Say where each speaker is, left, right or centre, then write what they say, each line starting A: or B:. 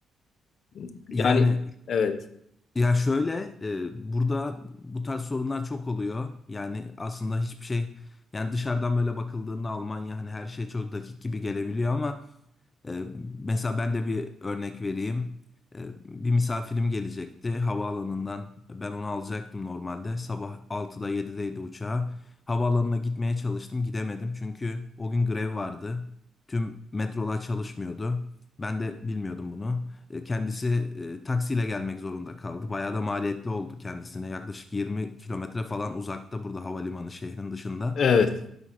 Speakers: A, on the left; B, on the left.
A: Ee, yani
B: Yani
A: evet.
B: ya şöyle e, burada bu tarz sorunlar çok oluyor. Yani aslında hiçbir şey yani dışarıdan böyle bakıldığında Almanya hani her şey çok dakik gibi gelebiliyor ama Ee, mesela ben de bir örnek vereyim. Ee, bir misafirim gelecekti havaalanından. Ben onu alacaktım normalde. Sabah 6'da 7'deydi uçağı. Havaalanına gitmeye çalıştım. Gidemedim çünkü o gün grev vardı. Tüm metrolar çalışmıyordu. Ben de bilmiyordum bunu. Ee, Kendisi e, taksiyle gelmek zorunda kaldı. Bayağı da maliyetli oldu kendisine. Yaklaşık 20 kilometre falan uzakta burada havalimanı şehrin dışında.
A: Evet.